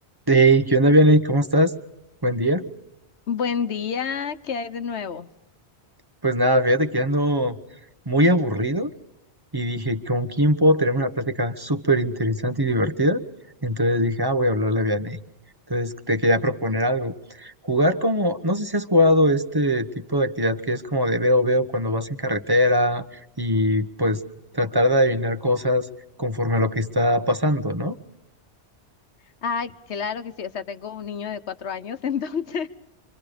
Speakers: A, on the right; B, on the left.
A: Hey, ¿qué onda, Vianey? ¿Cómo estás? Buen día.
B: Buen día, ¿qué hay de nuevo?
A: Pues nada, fíjate que ando muy aburrido y dije, ¿con quién puedo tener una plática súper interesante y divertida? Entonces dije, ah, voy a hablarle a Vianey. Entonces te quería proponer algo. Jugar como, no sé si has jugado este tipo de actividad que es como de veo, veo cuando vas en carretera y pues tratar de adivinar cosas conforme a lo que está pasando, ¿no?
B: Ay, claro que sí, o sea, tengo un niño de cuatro años, <laughs> entonces,